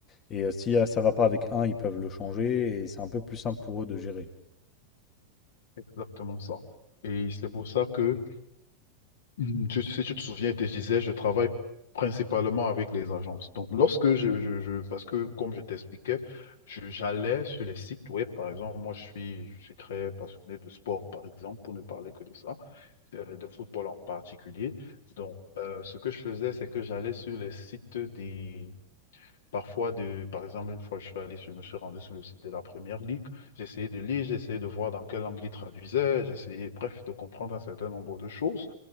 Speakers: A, on the left (about 30°); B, on the left (about 60°).
A: Et euh, si euh, ça va pas avec un, ils peuvent le changer et c'est un peu plus simple pour eux de gérer.
B: exactement ça. Et c'est pour ça que Mm, tu- Si tu te souviens, je te disais, je travaille principalement avec les agences. Donc, lorsque je, je, je- parce que comme je t'expliquais, je- j'allais sur les sites web, par exemple, moi je suis, je suis très passionné de sport, par exemple, pour ne parler que de ça, euh, de football en particulier. Donc, euh, ce que je faisais, c'est que j'allais sur les sites des, parfois de, par exemple, une fois je suis allé, sur- je me suis rendu sur le site de la Première Ligue, j'essayais de lire, j'essayais de voir dans quelle langue ils traduisaient, j'essayais, bref, de comprendre un certain nombre de choses.